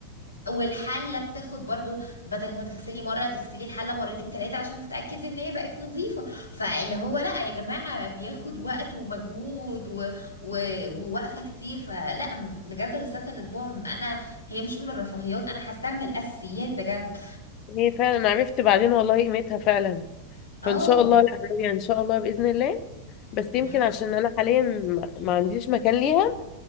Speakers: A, on the left; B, on the left.
A: والحلة بتاخد برضو بدل ما تغسلي مرة تغسلي الحلة مرتين تلاتة عشان تتأكدي ان هي بقت نظيفة فاللي هو لا يا جماعة بياخد وقت ومجهود و... و... ووقفة كتير فلا م- بجد غسالة الأطباق انا هي مش من الرفاهيات انا حاساها من الأساسيات بجد
B: هي فعلا أنا عرفت بعدين والله قيمتها فعلا
A: اه
B: فإن شاء الله يعني إن شاء الله بإذن الله بس يمكن
A: مم.
B: عشان أنا حاليا ما ما عنديش مكان ليها